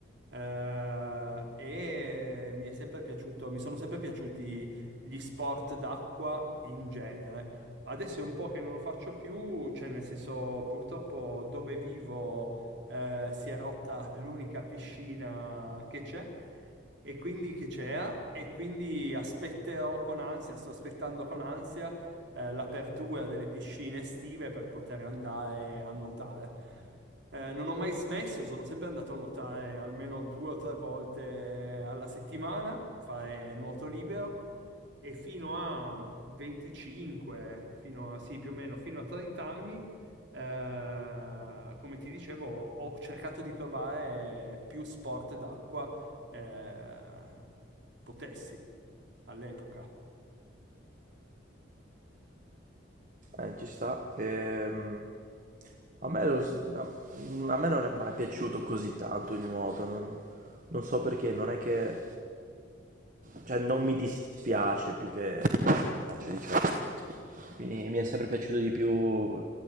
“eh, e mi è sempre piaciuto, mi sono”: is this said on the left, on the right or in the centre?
Right